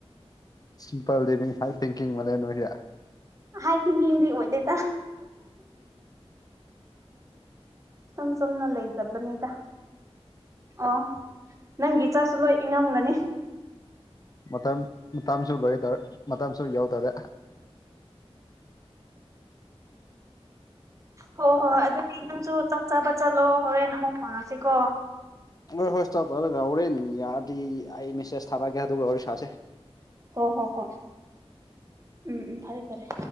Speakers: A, on the left; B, on the right.
A: ꯁꯤꯝꯄꯜ ꯂꯤꯕꯤꯡ ꯍꯥꯏ ꯊꯤꯡꯀꯤꯡ ꯃꯂꯦ ꯅꯣꯏꯗꯤ
B: ꯍꯥꯏ ꯊꯤꯡꯀꯤꯡꯗꯤ ꯑꯣꯏꯗꯦꯗ ꯁꯝ ꯁꯝꯅ ꯂꯩꯖꯕꯅꯤꯗ ꯑꯣ ꯅꯪꯒꯤ ꯆꯥꯁꯨ ꯂꯣꯏ ꯏꯉꯝꯂꯅꯤ
A: ꯃꯇꯝ ꯃꯇꯝꯁꯨ ꯂꯣꯏꯔ ꯗꯧꯔꯦ ꯃꯇꯝꯁꯨ ꯌꯥꯎ ꯗꯧꯔꯦ
B: ꯍꯣꯏ ꯍꯣꯏ ꯍꯣꯏ ꯑꯗꯨꯗꯤ ꯅꯪꯁꯨ ꯆꯥꯛ ꯆꯥꯕ ꯆꯠꯂꯣ ꯍꯣꯔꯦꯟ ꯑꯃꯨꯛ ꯐꯥꯎꯉꯁꯤꯀꯣ
A: ꯍꯣꯏ ꯍꯣꯏ ꯆꯕꯂꯣꯏꯔꯒ ꯍꯣꯔꯦꯟ ꯌꯥꯔꯗꯤ ꯑꯩ ꯃꯦꯁꯦꯁ ꯊꯥꯔꯛꯑꯒꯦ ꯑꯗꯨꯒ ꯋꯥꯔꯤꯁꯥꯁꯦ
B: ꯍꯣ ꯍꯣ ꯍꯣꯏ ꯎꯝ ꯎꯝ ꯐꯔꯦ ꯐꯔꯦ